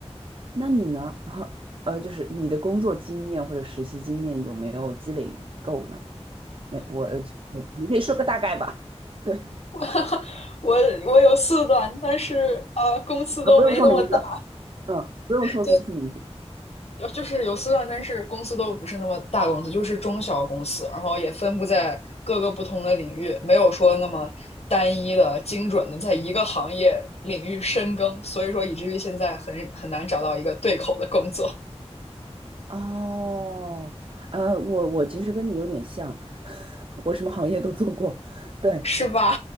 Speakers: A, on the right; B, on the left.
A: 那你呢？<laughs> 呃，就是你的工作经验或者实习经验有没有积累够呢？那我，呃你可以说个大概吧。<laughs> 对，
B: <laughs> 我我有四段，但是呃，公司都没那么大。
A: 那不用说名字，嗯，不用说公司名字。
B: 对，有就是有四段，但是公司都不是那么大公司，就是中小公司，然后也分布在各个不同的领域，没有说那么单一的、精准的在一个行业领域深耕，所以说以至于现在很很难找到一个对口的工作，
A: 哦，呃，我我其实跟你有点像，<laughs> 我什么行业都做过，对，
B: 是吧？